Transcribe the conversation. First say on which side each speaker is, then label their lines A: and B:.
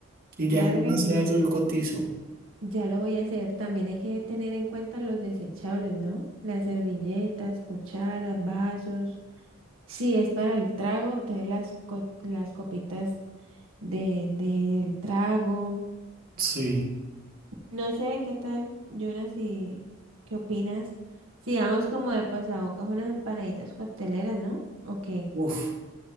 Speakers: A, on the right; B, on the right.
A: Y ya
B: Claro
A: en
B: que
A: base
B: sí.
A: a eso yo cotizo.
B: Ya lo voy a hacer. También hay que tener en cuenta los desechables, ¿no? Las servilletas, cucharas, vasos. Si es para el trago, entonces las, co- las copitas de, del trago.
A: Sí.
B: No sé qué tal, Jonas, y qué opinas. Si vamos como de pasabocas unas empanaditas cocteleras, ¿no? Ok,
A: Uf.